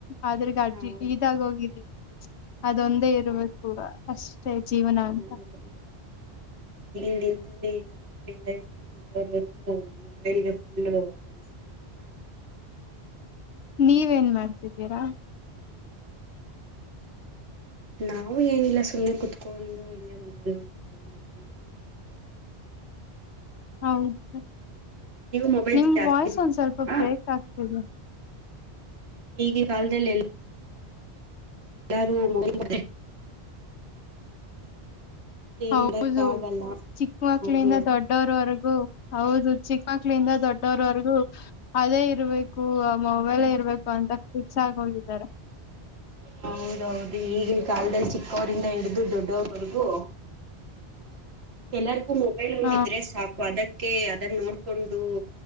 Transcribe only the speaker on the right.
ಹೌದು
ಹಾ
ಹೌದೌದು, ಈಗಿನ ದಿನದಲ್ಲಿ ಚಿಕ್ಕ ಮಕ್ಳಿಂದ ಇದು ದೊಡ್ಡವರವರೆಗೂ ಮೊಬೈಲ್ಗೆ ಫುಲ್ಲು ಬಳಸ್ತಾರಲ್ವ <unintelligible>
ನಾವು ಏನಿಲ್ಲ ಸುಮ್ಮನೆ ಕುತ್ಕೊಂಡು ಹಿಂಗೆ ಮೊಬೈಲ್ ನೋಡ್ಕೊಂಡಿದ್ವಿ
ನೀವು ಮೊಬೈಲ್
ಜಾಸ್ತಿ
ನೋಡ್ತೀರಾ
ಈಗೀ ಕಾಲ್ದಲ್ಲೇಲ ಯಾರು ಮುಡಿ <unintelligible> ಏನ್
ಮಾಡಕ್ ಆಗಲ್ಲ
ಹೌದು
ಹೌದೌದು ಈಗಿಲ್ ಕಾಲದಲ್ಲಿ ಚಿಕ್ಕವರಿಂದ ಹಿಡ್ದು ದೊಡ್ಡೋರವರ್ಗೂ ಎಲ್ಲರ್ ಮೊಬೈಲ್ ನೋಡಿದ್ರೆ
ಸಾಕು ಅದಕ್ಕೆ ಅದನ್ನ್ನೋಡ್ಕೊಂಡು